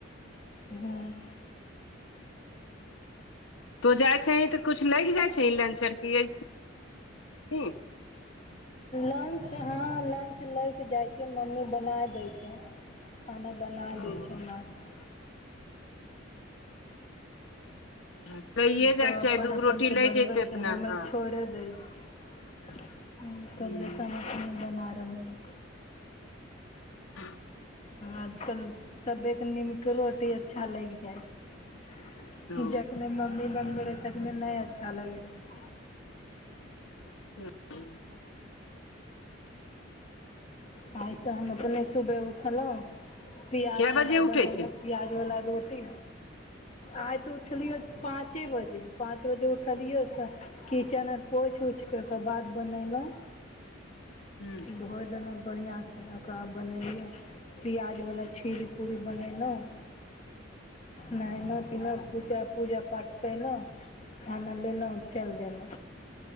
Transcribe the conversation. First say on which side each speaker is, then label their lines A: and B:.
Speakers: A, on the left; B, on the left.
A: हँ
B: तो जाइ छिहि तऽ कुछ लगि जाइ छै लंच की एसही <unintelligible>
A: लंच हँ लंच लैके जाइ छिय मम्मी बना दै छै खाना बना दै
B: ओ
A: छै नाश्ता
B: <unintelligible> जायके
A: सभ अपन
B: चाही दूगो
A: अपन
B: रोटी
A: के
B: लै
A: बनबै
B: जयतै अपना
A: छै हमर
B: हँ
A: छोड़ि दै छै
B: ह
A: कल्सम अपने बना रहे ह
B: हू
A: आजकल सबेके नीमके रोटी अच्छा लागि जाइ छै
B: ओ
A: जखने मम्मी बनबैत रहय तखने नहि अच्छा लगै रहै
B: <inaudible>
A: आ एहिइसँ हम अपने सुबह उठलहूँ पिआजवला
B: कए बजे उठै
A: बनेलहुँ
B: छै
A: पियाज बला रोटी आइ त उठलियौ पाँचे बजे पाँच बजे उठलियै तऽ किचन आर पोछि उछिक क ओक बाद बनेलहुँ
B: हूँ
A: धोइ देलहुँ बढ़िआसँ ओकरा बाद बनेलियै पियाज वला छीर पूरी बनयलहुँ नहेलहु पीलहुँ पूजा पूजा पाठ केलहुँ खाना लेलऽ हुँ चलि देलहुँ